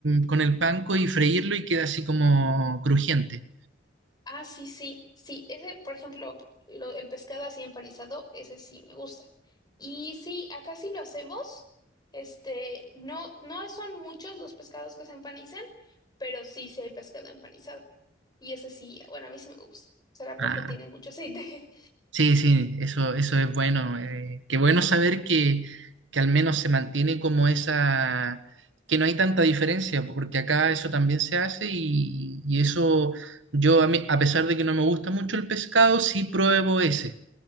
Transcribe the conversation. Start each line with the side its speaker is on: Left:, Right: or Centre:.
Right: con el panko y freírlo y queda así como crujiente.
Left: Ah, sí, sí, sí. Ese, por ejemplo, lo- el pescado así empanizado, ese sí me gusta. Y sí, acá sí lo hacemos. Este, no, no son muchos los pescados que se empanizan, pero sí, sí hay pescado empanizado. Y ese sí, bueno, a mí sí me gusta. ¿Será porque
Right: Ah.
Left: tiene mucho aceite? <laughs>
Right: Sí, sí, eso, eso es bueno. eh, qué bueno saber que, que al menos se mantiene como esa, que no hay tanta diferencia, porque acá eso también se hace y, y eso yo, a mí- a pesar de que no me gusta mucho el pescado, sí pruebo ese,